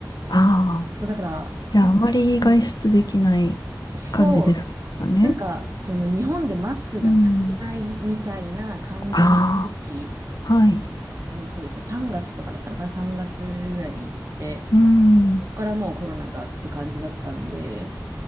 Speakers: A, on the left (about 70°); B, on the right (about 45°).
A: ああ、
B: そう、だから、
A: じゃああまり外出できない
B: ほんとうんそう、
A: 感じですかね。
B: なんか、その日本でマスクが足りないみたいな感じの時
A: うん。ああ、はい。
B: の、そうですね、3月とかだったのかな、3月ぐらいに行って、
A: うん。
B: そこからもうコロナがって感じだったんで、